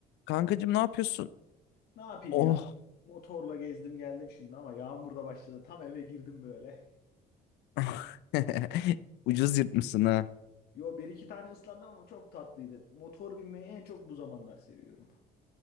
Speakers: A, on the left; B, on the left.
A: Kankacığım ne yapıyorsun?
B: Ne yapayım
A: Oh.
B: ya? Motorla gezdim geldim şimdi ama yağmur da başladı. Tam eve girdim böyle.
A: <laughs> Ucuz yırtmışsın ha.
B: <laughs> Yo bir iki tane ıslandım ama çok tatlıydı. Motor binmeyi en çok bu zamanlar seviyorum.